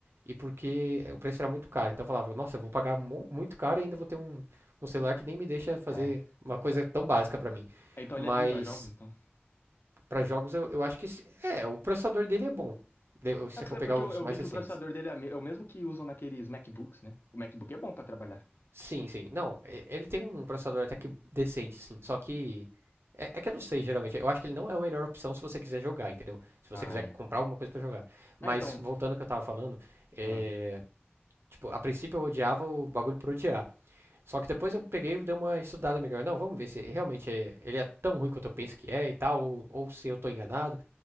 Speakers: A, on the right (about 80°); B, on the left (about 60°).
A: e porque o preço era muito caro. Então eu falava, nossa, eu vou pagar mu- muito caro e ainda vou ter um, um celular que nem me deixa fazer
B: É.
A: uma coisa tão básica pra mim.
B: É, Então
A: Mas
B: ele é ruim pra jogos, então.
A: Para jogos, eu, eu acho que. se- É, o processador dele é bom. de- Se
B: É
A: você
B: por-
A: for
B: é
A: pegar
B: porque
A: os
B: eu, eu
A: mais
B: vi
A: recentes.
B: que o processador dele é me- é o mesmo que usam naqueles MacBooks, né? O MacBook é bom pra trabalhar.
A: Sim, sim. Não, e- ele tem um processador até que decente, sim. Só que. É, é que eu não sei, geralmente. Eu acho que ele não é a melhor opção se você quiser jogar, entendeu? Se você
B: Ah,
A: quiser
B: é.
A: comprar alguma coisa pra jogar. Mas,
B: Ah, então.
A: voltando ao que eu tava falando, é.
B: Hum.
A: Tipo, a princípio eu odiava o bagulho por odiar. Só que depois eu peguei e dei uma estudada melhor. Não, vamos ver se realmente é, ele é tão ruim quanto eu penso que é e tal, ou, ou se eu tô enganado.